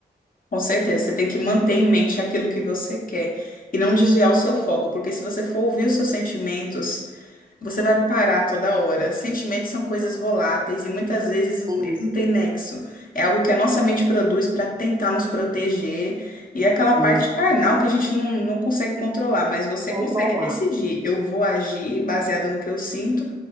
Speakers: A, on the left; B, on the right.
A: Com certeza, você tem que manter em mente aquilo que você quer e não desviar o seu foco, porque se você for ouvir os seus sentimentos, você vai parar toda hora. Sentimentos são coisas voláteis e muitas vezes eles
B: Sim,
A: não têm nexo. É algo que a nossa mente produz para tentar nos proteger e é aquela parte
B: é isso,
A: carnal que a gente não, não consegue controlar, mas você
B: controlar.
A: consegue decidir: eu vou agir baseado no que eu sinto